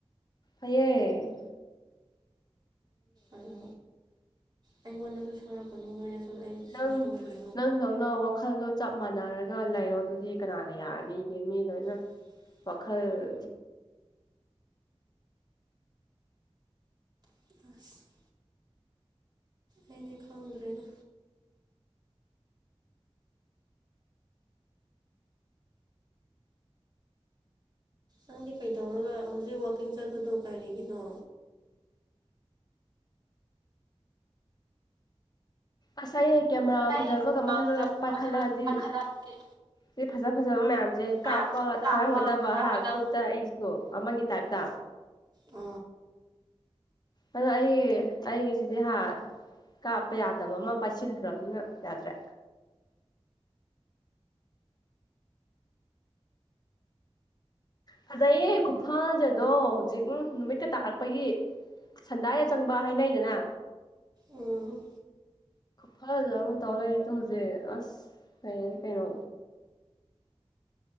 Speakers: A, on the left (about 40°); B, on the right (about 40°).
A: ꯑꯌꯦꯡ
B: ꯑꯗꯣ ꯑꯩꯉꯣꯟꯗꯁꯨ ꯁꯣꯏꯔꯛꯄꯅꯨ ꯅꯣꯏꯗꯁꯨ ꯑꯩꯁꯨ
A: ꯅꯪ
B: ꯁꯣꯏꯔꯣꯏ
A: ꯅꯪꯗꯧꯅ ꯋꯥꯈꯜꯗꯣ ꯆꯞ ꯃꯥꯟꯅꯔꯒ ꯂꯩꯔꯣ ꯑꯗꯨꯗꯤ ꯀꯅꯥꯅ ꯌꯥꯔꯅꯤꯒꯦ ꯃꯤ ꯂꯣꯏꯅ
B: ꯎꯝ
A: ꯄꯈꯥꯏ
B: ꯑꯁ ꯑꯩꯅꯦ ꯈꯪꯗ꯭ꯔꯦꯗ ꯅꯪꯗꯤ ꯀꯩꯗꯧꯔꯒ ꯍꯧꯖꯤꯛ ꯋꯥꯛꯀꯤꯡ ꯆꯠꯄꯗꯣ ꯀꯔꯤꯒꯤꯅꯣ
A: ꯑꯁ ꯑꯩꯅ ꯀꯦꯃꯦꯔꯥ
B: ꯑꯩ
A: ꯐꯖꯕꯒ
B: ꯐꯖ
A: ꯃꯊꯂꯒ ꯄꯥꯏꯈꯠꯂꯛꯑꯗꯤ
B: ꯃꯊꯛ ꯀꯥꯈꯠꯂꯗꯤ
A: ꯁꯤ ꯐꯖ ꯐꯖꯕ ꯃꯌꯥꯝꯁꯦ
B: ꯃꯌꯥꯝꯁꯦ
A: ꯀꯥꯞꯄꯒ
B: ꯀꯥꯞꯄ
A: ꯊꯥꯔꯝꯒꯗꯕ
B: ꯊꯥꯔꯝꯒꯗꯕ
A: ꯍꯥ ꯒ꯭ꯔꯨꯞꯇ ꯑꯩꯁꯨ ꯑꯃꯒꯤ ꯇꯥꯏꯞꯇ
B: ꯑ
A: ꯑꯗꯣ ꯑꯩꯒꯤ ꯑꯩꯒꯤꯁꯤꯗꯤ ꯍꯥ ꯀꯥꯞꯄ ꯌꯥꯗꯕ ꯑꯃ ꯄꯥꯏꯁꯤꯟꯗ꯭ꯔꯝꯅ ꯌꯥꯗ꯭ꯔꯦ ꯐꯖꯩꯌꯦ ꯈꯨꯐꯖꯗꯣ ꯍꯧꯖꯤꯛ ꯅꯨꯃꯤꯠꯀ ꯇꯥꯔꯛꯄꯒꯤ ꯁꯟꯗꯥ ꯑ ꯆꯪꯕ ꯍꯥꯏꯅꯩꯗꯅ
B: ꯎꯝ
A: ꯐꯖ ꯑꯃ ꯇꯥꯎ ꯂꯩꯇꯣ ꯍꯧꯖꯤꯛ ꯑꯁ ꯂꯩꯌꯦ ꯀꯩꯅꯣ